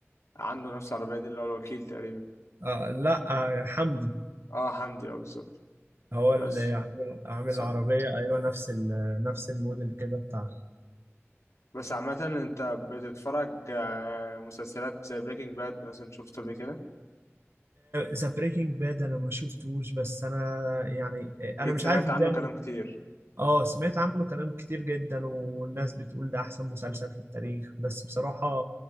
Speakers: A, on the left; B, on the right.
A: عنده نفس العربيه دي اللي هو الوكيل تقريبا
B: آه لا آه حمدي
A: اه حمدي اه بالظبط
B: هو
A: بس
B: اللي عامل عامل
A: صح
B: العربية أيوه نفس ال... نفس الموديل كده بتاعها
A: بس عامه انت بتتفرج آه، مسلسلات زي بريكنج باد مثلا شفت قبل كده
B: ذا بريكنج باد أنا ما شفتوش بس أنا يعني آه،
A: أكيد
B: أنا مش
A: سمعت
B: عارف إزاي
A: عنه كلام كتير
B: اه سمعت عنه كلام كتير جدا والناس بتقول ده احسن مسلسل في التاريخ بس بصراحة